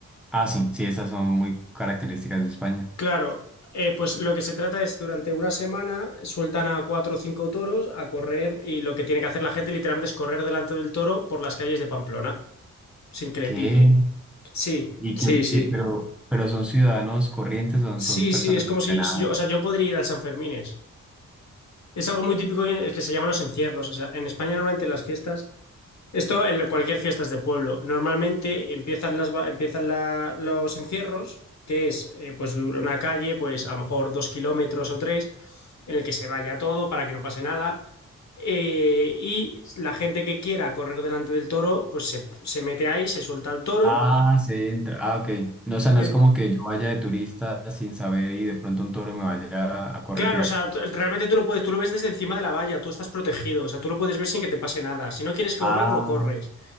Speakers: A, in the centre; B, on the left.
A: Ah, sí, sí, esas son muy características de España.
B: Claro, eh, pues lo que se trata es durante una semana sueltan a cuatro o cinco toros a correr y lo que tiene que hacer la gente literalmente es correr delante del toro por las calles de Pamplona sin que le
A: ¿Qué?
B: pille. Sí,
A: ¿Y
B: sí,
A: qué?
B: sí.
A: y pero, pero son ciudadanos corrientes, son,
B: Sí,
A: son personas
B: sí, es como
A: entrenadas.
B: si si yo, o sea, yo podría ir al Sanfermines. Es algo muy típico que que se llaman los encierros. O sea, en España normalmente las fiestas Esto en cualquier fiesta es de pueblo. Normalmente empiezan las, va- empiezan la- los encierros, que es eh, pues dura una calle, pues a lo mejor dos kilómetros o tres, en el que se vaya todo para que no pase nada. Eh, y la gente que quiera correr delante del toro, pues se, se mete ahí, se suelta al toro.
A: Ah, se entra. Ah, ok. No, o sea,
B: Y
A: no
B: el-
A: es como que yo vaya de turista sin saber y de pronto un toro me vaya a corretear.
B: claro, o sea, t- realmente tú lo puedes, tú lo ves desde encima de la valla, tú estás protegido, o sea, tú lo puedes ver sin que te pase nada. Si no quieres correr,
A: Ah,
B: no corres.